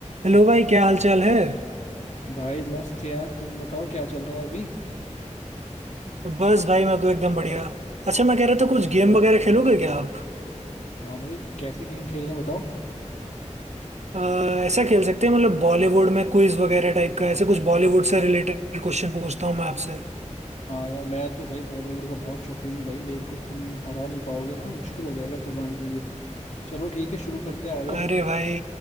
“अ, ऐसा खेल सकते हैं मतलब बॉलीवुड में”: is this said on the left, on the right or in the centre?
Right